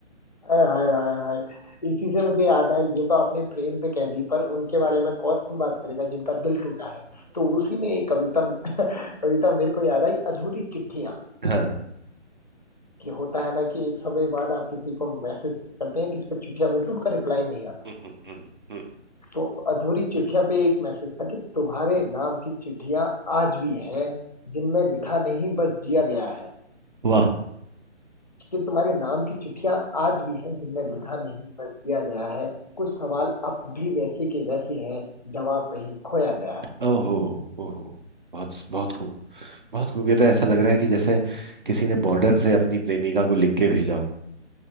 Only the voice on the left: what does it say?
हाय हाय हाय हाय इसी से मुझे याद आया ये तो आपने प्रेम पे कह दी पर उनके बारे में कौन बात करेगा जिनका दिल टूटा है तो उसी में एक कविता <laughs> कविता मेरे को याद आई अधूरी चिट्ठियां
कि होता है ना कि एक समय बाद आप किसी को मैसेज करते हैं किसी को चिट्ठियां भेजते हैं उनका रिप्लाई नहीं
तो अधूरी चिट्ठिया पे एक मैसेज था कि तुम्हारे नाम की चिट्ठियां आज भी हैं जिनमें लिखा नहीं बस जिया गया है
कि तुम्हारे नाम की चिट्ठियां आज भी हैं जिनमें लिखा नहीं बस जिया गया है कुछ सवाल अब भी वैसे के वैसे हैं जवाब कहीं खोया गया है